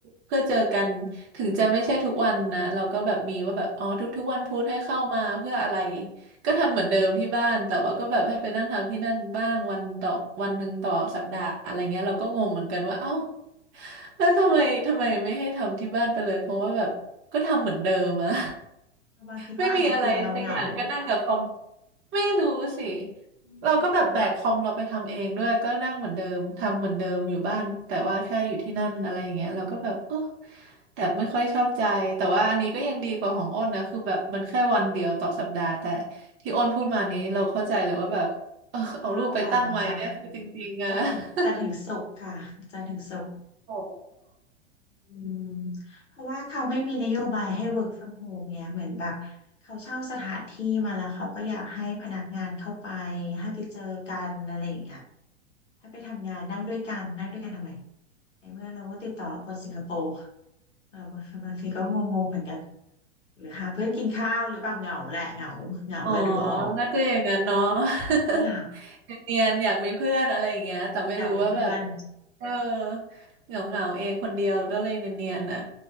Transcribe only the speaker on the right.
เพื่อเจอกันถึงจะไม่ใช่ทุกวันนะเราก็แบบมีว่าแบบอ๋อทุกๆวันพุธให้เข้ามาเพื่ออะไรก็ทำเหมือนเดิมที่บ้านแต่ว่าก็แบบให้ไปนั่งทำที่นั่นบ้างวันต่อวันหนึ่งต่อสัปดาห์อะไรเงี้ยเราก็งงเหมือนกันว่าเอ้าแล้วทำไมทำไมไม่ให้ทำที่บ้านไปเลยเพราะว่าแบบก็ทำเหมือนเดิมอะ
ไม่มีอะไรสักอย่างก็นั่งกับคอมไม่รู้สิ
เราก็แบบแบกคอมเราไปทำเองด้วยก็นั่งเหมือนเดิมทำเหมือนเดิมอยู่บ้านแต่ว่าแค่อยู่ที่นั่นอะไรอย่างเงี้ยเราก็แบบโอ้แต่ไม่ค่อยชอบใจแต่ว่าอันนี้ก็ยังดีกว่าของอ้นนะคือแบบมันแค่วันเดียวต่อสัปดาห์แต่ที่อ้นพูดมานี้เราเข้าใจเลยว่าแบบเออเอารูปไปตั้งไว้เนี่ยคือจริงๆอะ
<laughs> โอ้
อ๋อน่าจะอย่างนั้นเนาะ
<laughs> เนียนๆอยากมีเพื่อนอะไรอย่างเงี้ยแต่ไม่รู้ว่าแบบ
เออเหงาๆเองคนเดียวก็เลยเนียนๆน่ะ